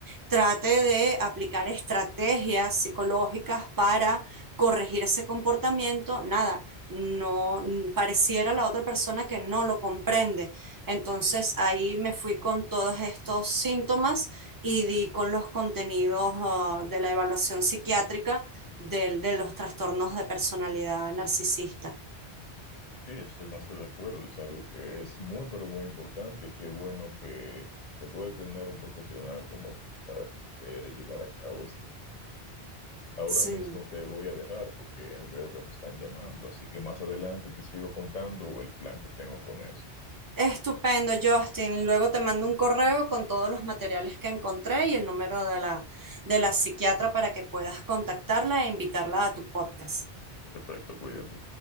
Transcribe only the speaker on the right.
trate de aplicar estrategias psicológicas para corregir ese comportamiento, nada, no pareciera la otra persona que no lo comprende. Entonces ahí me fui con todos estos síntomas y di con los contenidos uh, de la evaluación psiquiátrica del, de los trastornos de personalidad narcisista.
Sí.
Estupendo, Justin. Luego te mando un correo con todos los materiales que encontré y el número de la, de la psiquiatra para que puedas contactarla e invitarla a tu podcast.